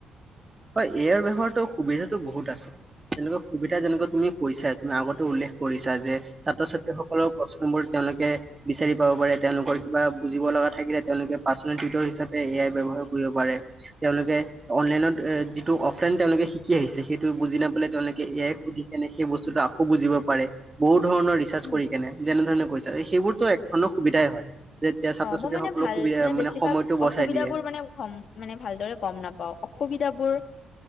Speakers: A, on the right (about 25°); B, on the left (about 55°).
A: হয় এ আইৰ ব্যৱহাৰতো সুবিধাতো বহুত আছে। তেনেকুৱা সুবিধা যেনেকুৱা তুমি কৈছা তুমি আগতে উল্লেখ কৰিছা যে ছাত্ৰ ছাত্ৰী সকলৰ প্ৰশ্নবোৰ তেওঁলোকে বিচাৰি পাব পাৰে তেওঁলোকৰ কিবা বুজিব লগা থাকিলে তেওঁলোকে পাৰ্চনেল টিউটৰ হিচাপে এ আই ব্যৱহাৰ কৰিব পাৰে। তেওঁলোকে অনলাইনত যিটো অফলাইন তেওঁলোকে শিকি আহিছে সেইটো বুজি নাপালে তেওঁলোকে এ আইক সুধি কেনে সেই বস্তুটো আকৌ বুজিব পাৰে। বহুত ধৰণৰ ৰিচাৰ্চ
B: উম
A: কৰি কেনে যেনেধৰণে কৈছা সেইবোৰতো এক ধৰণৰ সুবিধাই হয়। যেতিয়া ছাত্ৰ
B: অ মই
A: ছাত্ৰীসকলক
B: মানে ভাল
A: সুবিধা
B: মানে বেছিভাগ
A: সময়টো বচাই
B: অসুবিধাবোৰ
A: দিয়ে।
B: মানে হম মানে ভালদৰে গম নাপাও অসুবিধাবোৰ।